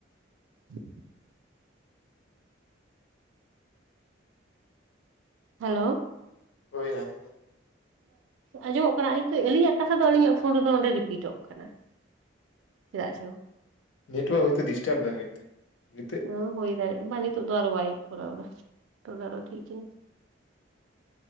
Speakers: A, on the right; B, on the left.
A: <inaudible> ᱦᱮᱞᱳ
B: ᱦᱩᱭᱮ
A: ᱟᱸᱡᱚᱢᱼᱚᱜ ᱠᱟᱱᱟ ᱟᱹᱞᱤᱧᱟᱜ ᱠᱟᱛᱷᱟ ᱫᱚ ᱟᱹᱞᱤᱧᱟᱜ ᱯᱷᱳᱱ ᱨᱮᱫᱚ ᱚᱸᱰᱮ ᱨᱤᱯᱤᱴᱚᱜ ᱠᱟᱱᱟ ᱪᱮᱫᱟᱜ ᱪᱚ
B: ᱱᱮᱴᱣᱟᱨᱠ ᱦᱚᱭᱛᱚ ᱰᱤᱥᱴᱟᱵ ᱫᱟ ᱦᱳᱛᱚ ᱱᱤᱛᱚᱜ
A: ᱦᱳᱭ ᱫᱟᱲᱮᱜ ᱵᱟ ᱱᱤᱛᱚᱜ ᱫᱚ ᱵᱟᱭ ᱠᱚᱨᱟᱣ ᱫᱟ ᱱᱤᱛᱚᱜ ᱫᱚ ᱟᱨᱦᱚ ᱴᱷᱤᱠ ᱮᱱᱟ